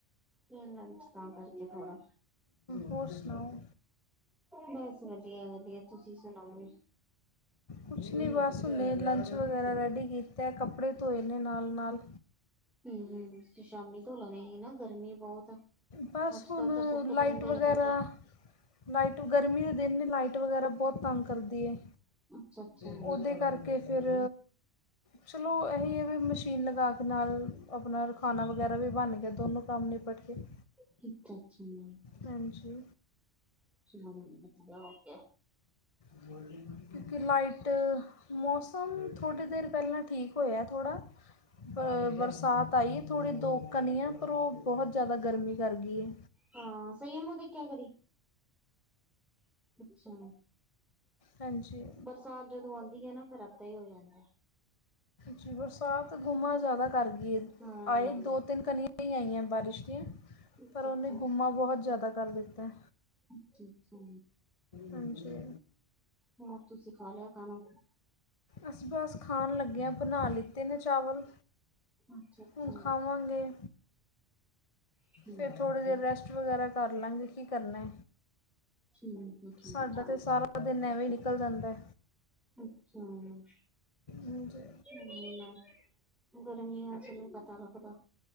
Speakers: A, in the centre; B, on the left.
A: ਨੀ ਲੰਚ ਤਾਂ ਕਰਕੇ ਥੋੜਾ
B: ਹੋਰ ਸੁਣਾਓ
A: ਬਸ ਵਧੀਆ ਵਧੀਆ ਤੁਸੀਂ ਸੁਣਾਓ
B: ਕੁਛ ਨਹੀਂ ਬਸ ਹੁਨੇ ਲੰਚ ਵਗੈਰਾ ਰੈਡੀ ਕੀ ਕਿਤਾ ਕੱਪੜੇ ਧੋਏ ਨੇ ਨਾਲ ਨਾਲ
A: ਹੁ ਹੁ ਤੁਸੀ ਸ਼ਾਮੀ ਧੋ ਲੈਣੇ ਸੀ ਨਾ ਗਰਮੀ ਬਹੁਤ ਆ।
B: ਬਸ
A: ਅੱਜ
B: ਹੁਣ
A: ਕੱਲ੍ਹ ਤਾਂ ਸੁੱਕ ਜਾਂਦੇ
B: ਲਾਈਟ ਵਗੈਰਾ,
A: ਆ ਜਲਦੀ
B: ਲਾਈਟ ਗਰਮੀ ਦੇ ਦਿਨ ਵੀ ਲਾਈਟ ਵਗੈਰਾ ਬਹੁਤ ਤੰਗ ਕਰਦੀ ਐ
A: ਅੱਛਾ ਅੱਛਾ
B: ਉਹਦੇ ਕਰ ਕੇ ਫੇਰ ਚਲੋ ਏਹੀ ਐ ਵੀ ਮਸ਼ੀਨ ਲਗਾ ਕੇ ਨਾਲ ਆਪਣਾ ਖਾਣਾ ਵਗੈਰਾ ਵੀ ਬਣ ਗਿਆ ਦੋਨੋਂ ਕੰਮ ਨਿਪਟ ਗੇ।
A: ਅੱਛਾ-ਅੱਛਾ।
B: ਹਾਂਜੀ।
A: <unintelligible>
B: ਕਿਉਂਕਿ ਲਾਈਟ, ਮੌਸਮ ਥੋੜ੍ਹੀ ਦੇਰ ਪਹਿਲਾ ਠੀਕ ਹੋਇਆ ਥੋੜ੍ਹਾ ਆ ਬਰਸਾਤ ਆਈ ਹੈ ਥੋੜ੍ਹੀ ਦੋ ਕਨੀਆ ਐ ਪਰ ਉਹ ਬਹੁਤ ਜ਼ਿਆਦਾ ਗਰਮੀ ਕਰ ਗਈ ਏ।
A: ਹਾਂ ਸਹੀਮ ਬੋਤ ਦੇਖੀਆ ਕਰੀ, ਅੱਛਾ।
B: ਹਾਂਜੀ
A: ਬਰਸਾਤ ਜਦੋਂ ਆਂਦੀ ਏ ਨਾ ਫੇਰ ਐਦਾ ਹੀ ਹੋ ਜਾਂਦਾ।
B: ਜੀ ਬਰਸਾਤ ਗੁਮਾਂ ਜ਼ਿਆਦਾ ਕਰਦੀ ਏ,
A: ਹਾਂ
B: ਆਏ ਦੋ-ਤਿੰਨ ਕਣੀਆਂ ਛਿੱਟਾ ਹਿ ਆਇਆ ਬਾਰਿਸ਼ ਦੀਆਂ
A: ਅੱਛਾ
B: ਪਰ ਉਹਨੇ
A: ਅੱਛਾ
B: ਹੁਮ ਬਹੁਤ ਜ਼ਿਆਦਾ ਕਰ ਦਿੱਤਾ।
A: ਅੱਛਾ ਅੱਛਾ
B: ਹਾਂਜੀ
A: ਹੋਰ ਤੁਸੀਂ ਖਾ ਲਿਆ ਖਾਣਾ
B: ਅਸੀਂ ਬਸ ਖਾਣ ਲੱਗੇ ਆਂ, ਬਣਾ ਲਿੱਤੇ ਨੇ ਚਾਵਲ।
A: ਅੱਛਾ ਅੱਛਾ
B: ਹੁ ਖਾਵਾਂਗੇ।
A: ਠੀਕ
B: ਫਿਰ ਥੋੜ੍ਹੀ
A: ਹੈ
B: ਦੇਰ
A: ਜੀ
B: ਰੈਸਟ ਵਗੈਰਾ ਕਰਲਾਗੇ। ਕੀ ਕਰਨੈ,
A: ਠੀਕ ਹੈ ਠੀਕ
B: ਸਾਡਾ
A: ਹੈ
B: ਤੇ ਸਾਰਾ ਦਿਨ ਐਵੇ ਈ ਨਿਕਲ ਜਾਦੈ।
A: ਅੱਛਾ। ਹੂੰ
B: ਹਾਂਜੀ।
A: <unintelligible> ਗਰਮੀਆ ਚ ਨੀ ਪਤਾ ਲਗਦਾ।